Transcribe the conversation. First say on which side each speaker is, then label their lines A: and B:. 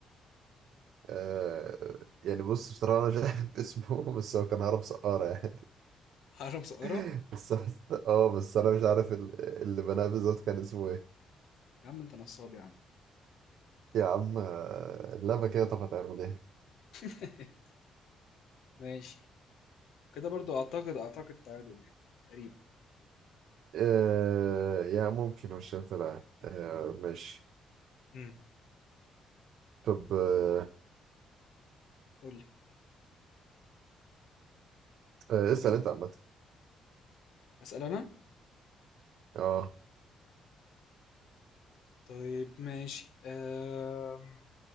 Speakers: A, on the right; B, on the left.
A: آه يعني بص بصراحة أنا مش عارف <laughs> اسمه بس هو كان هرم سقارة يعني
B: هرم سقارة
A: <laughs> بس اه بس أنا مش عارف ال- اللي بناه بالظبط كان اسمه إيه
B: يا عم أنت نصاب يا عم
A: يا عم آه، اللعبة كده طب هتعمل ايه؟
B: <laughs> ماشي كده برضو أعتقد أعتقد تعادل يعني تقريبا
A: آه يا ممكن مش هتلعب آه ماشي
B: امم
A: طب آه
B: قول لي
A: آه، اسأل انت عامة
B: أسأل أنا
A: اه
B: طيب ماشي أم...